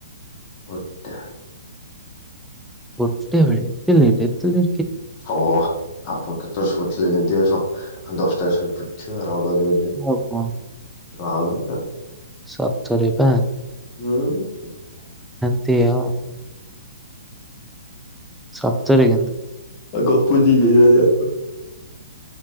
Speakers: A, on the left (about 30°); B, in the centre.
A: ଅଟା।
B: ଗୋଟେବେଳେ ଏତେ ଲେଟ୍ ଏତେ ଲେ
A: ହଁ ଆପଣ କେତଳେ ଶୁଥିଲେ ଯେମିତି। <unintelligible> ଦଶଟାରେ ଶୋଇପଡ଼ିଥିବା ଆଉ । ଟଗଦ ଅଧେ ।
B: ଆଉ କଣ
A: ଆଉନ ।
B: ସତରେ ବା ।
A: ହୁଁ।
B: ସେଇଆ ଆଉ। ସତରେ କିନ୍ତୁ।
A: ଆଉ ଗପ <inaudible>